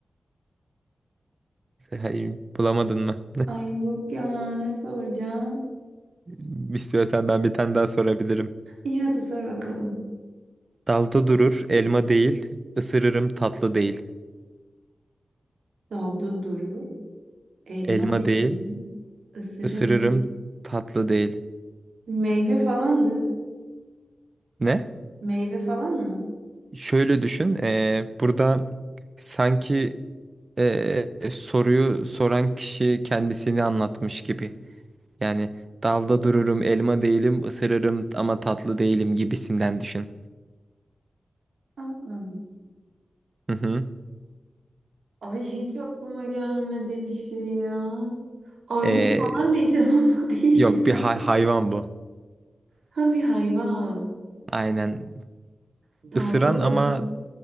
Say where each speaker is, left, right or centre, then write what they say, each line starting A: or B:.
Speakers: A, on the right (about 40°); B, on the right (about 85°).
A: Hayır, bulamadın mı?
B: Ay yok ya ne soracağım.
A: <laughs> İstiyorsan ben bir tane daha sorabilirim.
B: İyi hadi sor bakalım.
A: Dalda durur elma değil, ısırırım tatlı değil.
B: Dalda durur. Elma
A: Elma
B: değildir.
A: değil.
B: Isırırım.
A: Isırırım tatlı değil.
B: Meyve falandır.
A: Ne?
B: Meyve falan mı?
A: Şöyle düşün. eee, burada sanki eee, soruyu soran kişi kendisini anlatmış gibi. Yani dalda dururum, elma değilim, ısırırım ama tatlı değilim gibisinden düşün.
B: Aa,
A: Hı hı.
B: ay hiç aklıma gelmedi bir şey ya. Armut
A: Eee,
B: falan diyeceğim <laughs> ama değildir
A: yok
B: ya.
A: bir hay- hayvan bu.
B: Ha bir hayvan.
A: Aynen.
B: Dalda
A: Isıran
B: durur.
A: ama